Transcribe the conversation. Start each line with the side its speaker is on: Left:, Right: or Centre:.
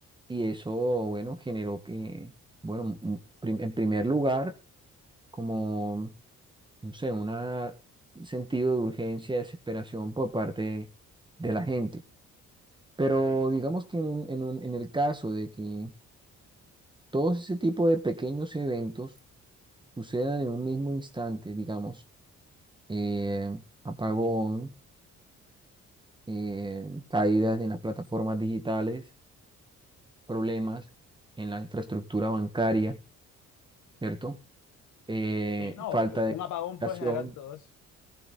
Right: y eso, bueno, generó que, bueno, un- prim- en primer lugar, como, no sé, una- un sentido de urgencia, desesperación por parte de la gente. Pero
Left: Sí,
Right: digamos que en un- en un- en el caso de que todos ese tipo de pequeños eventos, sucedan en un mismo instante, digamos, eh, apagón, eh, caídas en las plataformas digitales, problemas en la infraestructura bancaria, ¿cierto? Eh,
Left: sí, no,
Right: falta
Left: eh,
Right: de
Left: un
Right: comunicación,
Left: apagón puede generar todo eso.